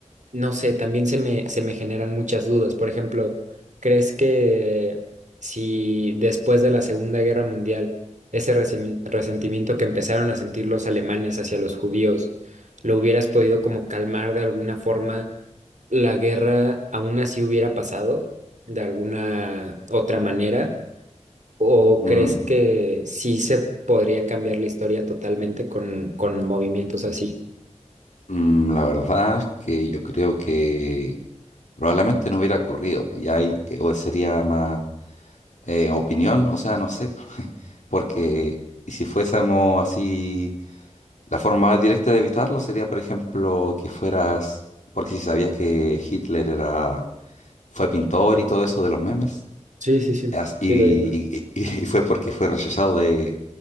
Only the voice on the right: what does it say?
No sé, también se me, se me generan muchas dudas. Por ejemplo, ¿crees que si después de la Segunda Guerra Mundial ese resemi- resentimiento que empezaron a sentir los alemanes hacia los judíos, lo hubieras podido como calmar de alguna forma, la guerra aún así hubiera pasado de alguna otra manera? ¿O
crees que sí se podría cambiar la historia totalmente con, con movimientos así?
Sí, sí, sí,
sí lo he oído.